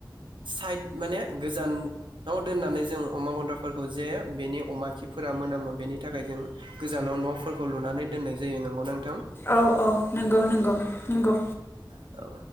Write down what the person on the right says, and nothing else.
साइड माने गोजानाव दोननानै जों अमा गन्द्राफोरखौ जे बेनि अमा खिफोरा मोनामो बेनि थाखाय जों गोजानाव न'फोरखौ लुनानै दोननाय जायो नंगौ ना नों
औ